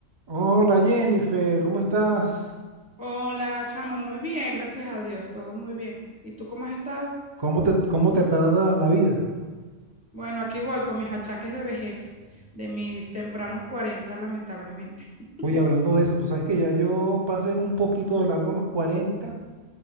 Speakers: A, on the right; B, in the centre.
A: Hola Jennifer, ¿cómo estás?
B: Hola, chamo, muy bien, gracias a Dios, todo muy bien. ¿Y tú cómo has estado?
A: ¿Cómo te, cómo te trata la vida?
B: Bueno, aquí voy con mis achaques de vejez, de mis tempranos 40, lamentablemente. <laughs>
A: Oye, hablando de eso, tú sabes que ya yo pasé un poquito de largo los 40,